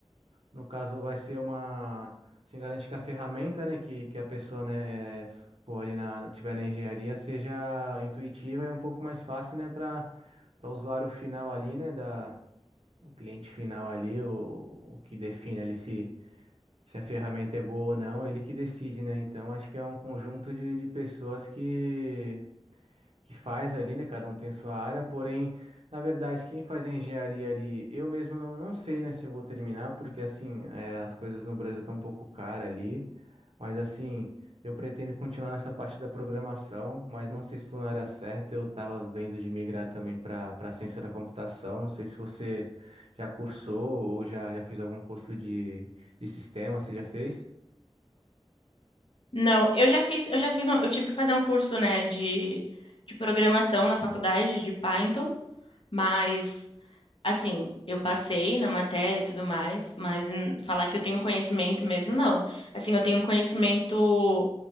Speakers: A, on the right (about 75°); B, on the left (about 65°).
A: no caso, vai ser uma. Assim, garante que a ferramenta, né, que, que a pessoa, né, for ali na, tiver na engenharia, seja intuitiva e um pouco mais fácil, né, para para o usuário final ali, né, da, o cliente final ali, o, o que define ali se, se a ferramenta é boa ou não, ele que decide, né. Então, acho que é um conjunto de, de pessoas que que faz ali, né? Cada um tem sua área, porém, na verdade, quem faz a engenharia ali, eu mesmo não, não sei, né, se eu vou terminar, porque assim, é, as coisas no Brasil estão um pouco caras ali, mas assim, eu pretendo continuar nessa parte da programação, mas não sei se estou na área certa, eu estava vendo de migrar também para para ciência da computação, não sei se você já cursou ou já, já fez algum curso de, de sistema, você já fez?
B: Não, eu já fiz, eu já fiz, um- eu tive que fazer um curso, né, de, de programação na faculdade de Python, mas Assim, eu passei na matéria e tudo mais, mas hum, falar que eu tenho conhecimento mesmo, não. Assim, eu tenho um conhecimento